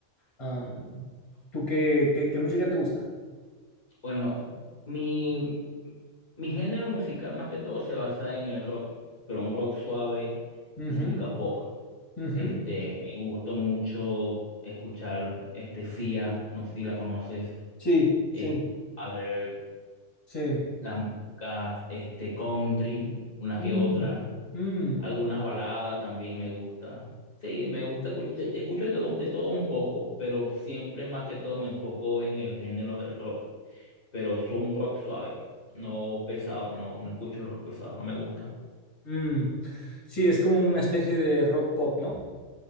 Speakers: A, on the left; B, on the left.
A: Am, ¿tú qué, qué- qué música te gusta?
B: Bueno, mi, mi género musical más que todo se basa en el rock, pero un rock suave,
A: Ujú,
B: música pop.
A: ujú.
B: Este, me gustó mucho escuchar este Sia, no sé si la conoces,
A: Sí, sí,
B: este, other
A: sí.
B: las músicas este country, una
A: Mm,
B: que otra,
A: mm.
B: algunas baladas también me gusta. Sí, me gusta escuchar, escucho de todo, de todo un poco, pero siempre más que todo me enfoco en el género del rock, pero soy un rock suave, no pesado, no, no escucho el rock pesado, no me gusta.
A: Mm, sí, es como una especie de rock pop, ¿no?